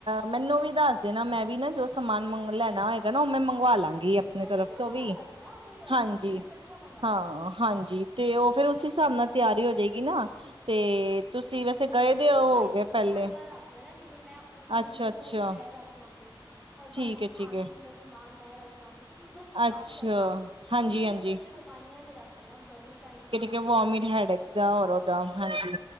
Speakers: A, on the right; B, in the centre.
A: ਮੈਨੂੰ ਵੀ ਦੱਸ ਦੇਣਾ ਮੈਂ ਵੀ ਨਾ ਜੋ ਸਮਾਨ ਮੰਗ ਲੈਣਾ ਹੋਏਗਾ ਨਾ ਉਹ ਮੈਂ ਮੰਗਵਾ ਲਾਂਗੀ। ਆਪਣੀ
B: ਮੈਂ
A: ਤਰਫ਼
B: ਇਕੱਠਾ
A: ਤੋਂ
B: ਮੰਗਵਾ
A: ਵੀ,
B: ਲਾਂਗੀ ਨਾ ਕੋਈ ਗੱਲ
A: ਹਾਂਜੀ,
B: ਨੀ ਮੈਂ ਇਕੱਠਾ ਮੰਗਵਾ
A: ਹਾਂ।
B: ਲਾਂਗੀ
A: ਹਾਂਜੀ, ਤੇ ਉਹ ਫਿਰ ਉਸ ਹਿਸਾਬ ਨਾਲ ਤਿਆਰੀ ਹੋ ਜਾਏਗੀ ਨਾ, ਤੇ ਤੁਸੀਂ ਵੈਸੇ
B: ਬੱਸ
A: ਗਏ
B: ਤੁਸੀਂ
A: ਦੇ ਹੋ
B: ਦਵਾਈ-ਦਵਾਈਆਂ
A: ਗਏ ਪਹਿਲੇ
B: ਰੱਖ ਲੈਣਾ ਜਿਵੇਂ ਮੈਂ ਉਹ ਗਲੂਕੋਸ
A: ਅੱਛਾ-ਅੱਛਾ
B: ਮੈਂ ਰੱਖ ਲਾਂਗੀ। ਔਰ
A: ਠੀਕ
B: ਬਾਕੀ
A: ਐ
B: ਖਾਣ-ਪੀਣ
A: ਠੀਕ ਐ
B: ਦਾ ਸਮਾਨ ਮੈਂ ਰੱਖ ਲਾਂਗੀ ਤੁਸੀਂ ਬੱਸ ਇੱਕ ਕੰਮ
A: ਅੱਛਾ
B: ਕਰਨਾ
A: ਹਾਂਜੀ-ਹਾਂਜੀ
B: ਤੁਸੀਂ ਇੱਕ-ਇੱਕ ਪੱਤੇ ਦਵਾਈਆਂ ਤੇ ਰੱਖ ਲੈਣਾ ਵੋਮੀਕਾਈਡ ਦਾ
A: ਕਿ ਵੋਮੀਟ, ਹੈਡ ਦਾਂ ਹੋਰ ਦਾਮ ਹਾਂਜੀ।